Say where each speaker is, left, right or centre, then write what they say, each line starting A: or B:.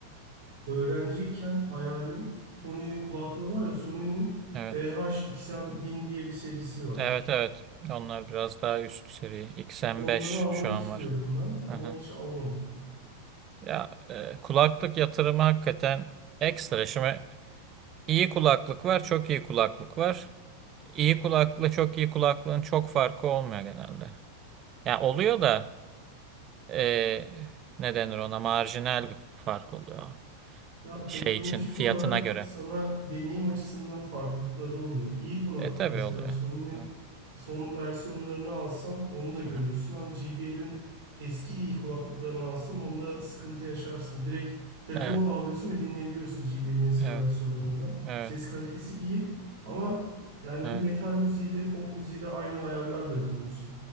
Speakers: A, on the right (about 55°); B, on the right (about 30°).
A: Öğrenciyken hayalim Sony kulaklığı var ya Sony'nin
B: Evet.
A: VH-XM1000 diye bir serisi var.
B: Evet evet. Onlar biraz daha üst seri. XM5
A: Onları almak
B: şu an
A: istiyordum
B: var.
A: ben ama
B: Aha.
A: hiç almadım.
B: Ya e, kulaklık yatırımı hakikaten ekstra. Şimdi iyi kulaklık var, çok iyi kulaklık var. İyi kulaklıkla çok iyi kulaklığın çok farkı olmuyor genelde. Ya oluyor da e, ne denir ona marjinal bir fark oluyor
A: Ya teknolojik
B: şey için fiyatına
A: olarak
B: göre.
A: sana deneyim açısından farklılıkları oluyor. İyi kulaklık
B: E tabii
A: mesela
B: oluyor.
A: Sony'nin
B: Evet.
A: son versiyonlarını alsan onu da görürsün
B: Hı hı.
A: ama JBL'in eski iyi kulaklıklarını alsan onda sıkıntı yaşarsın. Direkt telefona
B: Evet,
A: bağlıyorsun ve dinleyebiliyorsun JBL'in eski
B: evet,
A: versiyonlarında.
B: evet,
A: Ses kalitesi iyi ama yani
B: evet,
A: bir metal müziği de pop müziği de aynı ayarlarla dinliyorsun.